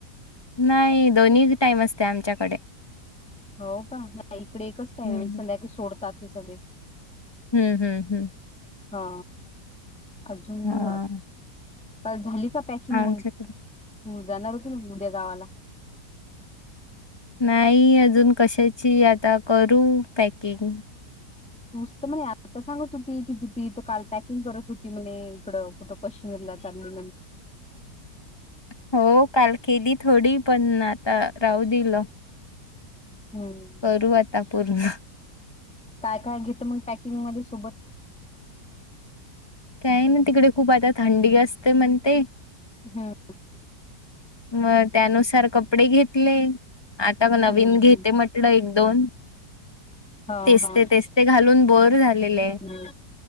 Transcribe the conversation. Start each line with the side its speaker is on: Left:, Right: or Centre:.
Left: नाही दोन्ही टाईम असते आमच्याकडे
Centre: हो का नाही इकडे एकच टाम
Left: हम्म
Centre: आहे म्हणजे संध्याकाळी सोडतात हे सगळे
Left: हम्म हम्म हम्म
Centre: हा अजून
Left: हा
Centre: काल झाली पॅकिंग
Left: आमच्याकडे
Centre: मग जाणार होत ना उद्या गावाला
Left: नाही अजून कशाची आता करू पॅकिंग
Centre: नुसतं म्हणे आता सांगत होती त तथ काल पॅकिंग करत होती म्ह इकडं कोटं कशी म्ह चाले
Left: <unintelligible> हो काल केली थोडी पण आता राहू दिलं
Centre: हम्म
Left: करू आता पूर्ण
Centre: घ म टॅकंग सत
Left: काय ना तिकडे खूप आता थंडी असते म्हण ते
Centre: हम्म
Left: मग त्यानुसार कपडे घेतले आटक नवीन
Centre: हम्म
Left: घेते
Centre: हम्म
Left: म्हटलं एक दोन
Centre: हा
Left: तेचते
Centre: हा
Left: तेचते घालून बर झालेलं आहे
Centre: हम्म